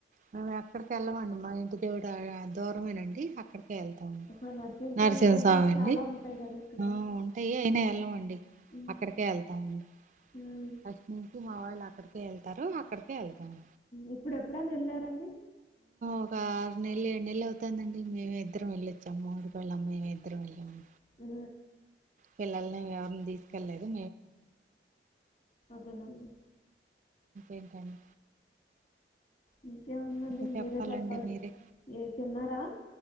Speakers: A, on the right; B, on the left.
A: మేము ఎక్కడికి వెళ్ళామండి మా ఇంటి దేవుడు దూరమేనండి అక్కడిక వెళ్తాం
B: ఆహా!
A: నరసింహస్వామి
B: టెంపుల్స్
A: అండి
B: చాలా ఉంటాయి కదా ఇక్కడ.
A: ఆ ఉంటాయి అయినా వెళ్ళమండి
B: హ్మ్.
A: అక్కడికే వెళ్తామండి
B: హ్మ్.
A: ఫస్ట్ నుంచి మా వాళ్ళు అక్కడికే వెళ్తారూ అక్కడికే వెళ్తా ఉండి
B: ఇప్పుడు ఎప్పుడైనా వెళ్ళారండి
A: ఒక ఆరు నెల్లు ఏడు నెల్లు అవుతుందండి మేమిద్దరం వెళ్ళొచ్చాం మొగుడు పెళ్ళాలం మేమిద్దరం వెళ్ళాము
B: హు
A: పిల్లల్ని ఎవరిని తీసుకెళ్లలేదు
B: అవునండి
A: ఏంటండీ
B: ఇంకేముందండి
A: ఇంకా చెప్పాలండి
B: మీరే చెప్పాలి
A: మీరే
B: ఏ తిన్నారా